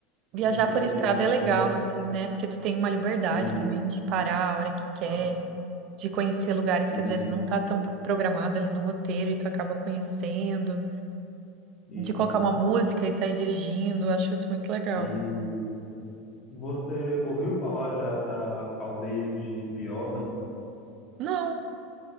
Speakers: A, on the right; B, on the left.
A: Viajar
B: um tipo
A: por estrada
B: de terreno
A: é legal, assim, né? Porque tu tem uma liberdade
B: e
A: também de parar a hora que quer,
B: ah,
A: de conhecer lugares
B: isso,
A: que às vezes não tá tão pro- programado ali no roteiro e tu acaba conhecendo,
B: isso.
A: de colocar uma música e sair dirigindo, eu acho isso muito legal.
B: E você ouviu falar já da aldeia de Piódon?
A: Não,